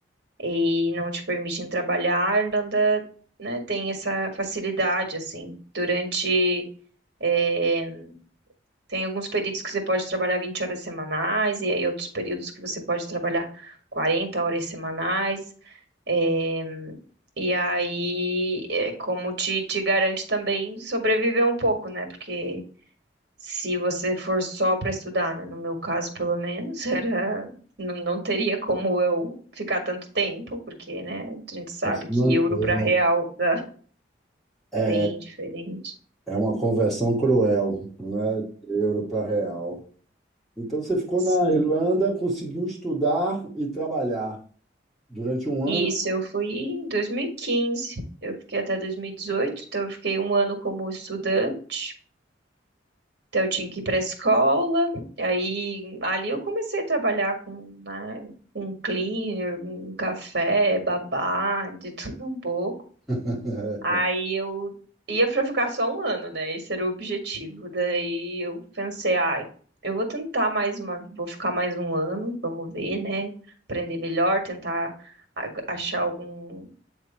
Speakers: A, on the right; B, in the centre.
A: e não te permitem trabalhar. A Irlanda, né, tem essa facilidade, assim. Durante eh, tem alguns períodos que você pode trabalhar 20 horas semanais, e aí outros períodos que você pode trabalhar 40 horas semanais. eh, e aí, é como te, te garante também sobreviver um pouco, né? Porque se você for só para estudar, né? No meu caso, pelo menos, <laughs> era, não, não teria como eu ficar tanto tempo, porque, né? A gente sabe
B: para se
A: que
B: manter,
A: euro para
B: né?
A: real tá
B: É,
A: bem diferente.
B: é uma conversão cruel, né? de Euro para real. Então você ficou
A: Sim.
B: na Irlanda, conseguiu estudar e trabalhar durante um ano.
A: Isso, eu fui em 2015. Eu fiquei até 2018, então eu fiquei um ano como estudante. Então eu tinha que ir para a escola. Aí ali eu comecei a trabalhar com, né, um cleaner, um café, babá, de tudo um pouco.
B: <laughs>
A: Aí eu ia para ficar só um ano, né? Esse era o objetivo. Daí eu pensei, ai, eu vou tentar mais uma, vou ficar mais um ano, vamos ver, né? Aprender melhor, tentar a- achar algum